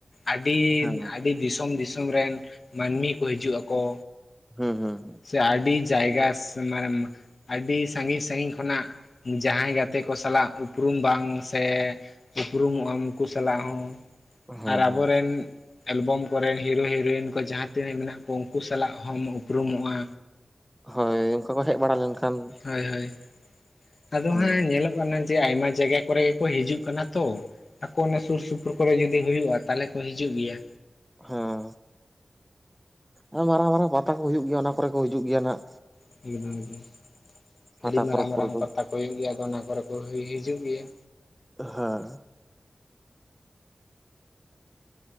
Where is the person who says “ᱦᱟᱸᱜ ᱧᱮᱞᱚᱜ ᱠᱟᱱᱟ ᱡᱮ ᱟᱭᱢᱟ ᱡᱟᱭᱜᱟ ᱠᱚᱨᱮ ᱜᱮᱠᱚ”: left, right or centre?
Left